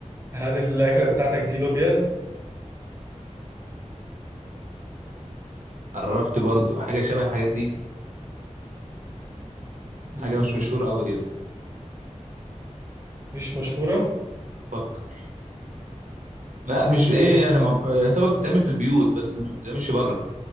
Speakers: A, on the right; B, on the right.
A: هل الاكله بتاعتك دي لوبيا
B: قربت برضو حاجة شبه الحاجات دي
A: مم،
B: حاجة مش مشهورة أوي كده
A: مش مشهوره
B: فكر لا مش
A: انت
B: إيه
A: قلت
B: يعني ما... يعتبر بتتعمل في البيوت بس ما بتتعملش بره